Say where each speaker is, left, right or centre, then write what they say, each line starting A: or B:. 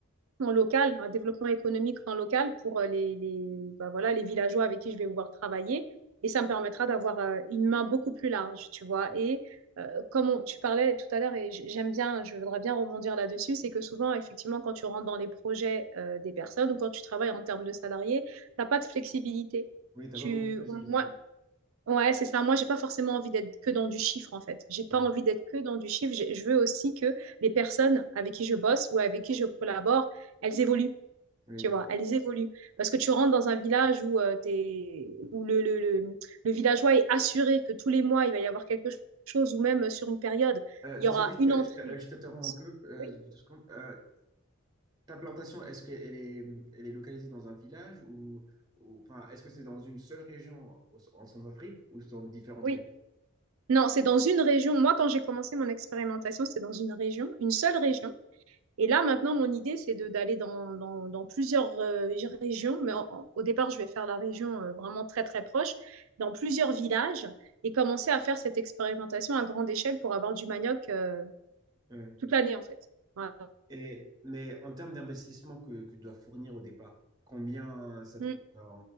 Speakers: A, on the right; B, on the right.
A: en local, un développement économique en local pour euh, les, les, bah, voilà, les villageois avec qui je vais pouvoir travailler. Et ça me permettra d'avoir euh, une main beaucoup plus large, tu vois.
B: Oui.
A: Et euh, comme on- tu parlais tout à l'heure, et j'aime bien, je voudrais bien rebondir là-dessus, c'est que souvent, effectivement, quand tu rentres dans les projets euh, des personnes ou quand tu travailles en termes de salariés tu n'as pas de flexibilité.
B: Oui, t'as
A: Tu,
B: pas beaucoup de facilité.
A: moi, Ouais, c'est ça. Moi, j'ai pas forcément envie d'être que dans du chiffre, en fait. J'ai pas
B: Ouais.
A: envie d'être que dans du chiffre. J'ai- Je veux aussi que les personnes avec qui je bosse ou avec qui je collabore, elles évoluent.
B: Oui.
A: Tu vois, elles évoluent. Parce que tu rentres dans un village où, euh, t'es, où le, le, le, le villageois est assuré que tous les mois, il va y avoir quelque chose, ou même sur une période,
B: Euh, désolé,
A: il y aura
B: je
A: une
B: t'-
A: entrée.
B: je t'interromps un peu. Euh,
A: Oui,
B: deux secondes. Euh, ta plantation, est-ce qu'elle est, elle est localisée dans un village ou, ou- enfin, est-ce que c'est dans une seule région au- en Centrafrique ou dans différentes
A: oui.
B: régions?
A: Non, c'est dans une région. Moi, quand j'ai commencé mon expérimentation, c'était dans une région, une seule région. Et là, maintenant, mon idée, c'est de- d'aller dans, dans- dans plusieurs euh, régions, mais en- en- au départ, je vais faire la région euh, vraiment très, très proche, dans plusieurs villages, et commencer à faire cette expérimentation à grande échelle pour avoir du manioc euh,
B: Ouais.
A: toute l'année, en fait. Voilà.
B: Et, mais en termes d'investissement que, que tu dois fournir au départ, combien ça te
A: Mm.
B: coûte en,